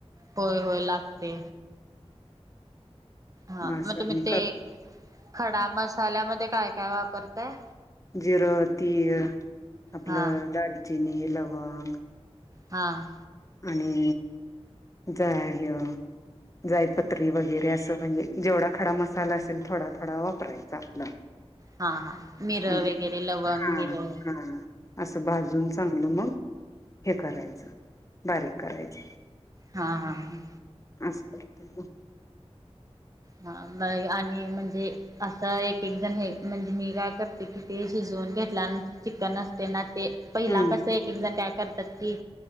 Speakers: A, on the right (about 30°); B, on the left (about 30°).
A: होय होय लागते. हा
B: मग असं
A: म तुम्ही
B: मी
A: ते
B: कर
A: खडा मसाल्यामध्ये काय काय वापरताय?
B: जिरं, तीळ आपलं
A: हा
B: दालचिनी, लवंग
A: हां.
B: आणि जाया ह्यं. जायपत्री वगैरे असं म्हणजे, जेवढा खडा मसाला असेल थोडा थोडा वापरायचा आपला.
A: हा हा मिरं
B: <unintelligible> आणि
A: वगैरे
B: ते
A: लवंग
B: हा
A: मिरं
B: हा असं भाजून चांगलं मग हे करायचं बारीक करायचं.
A: हां हां हा.
B: असं करतोय म.
A: हा मग आणि म्हणजे, असं एक एक जण हे म्हणजे मी काय करते कि ते शिज जवून घेतल्यानं ते चिकन असतय ना, ते पहिला
B: हम्म
A: कस एक एक जण काय करत्यात कि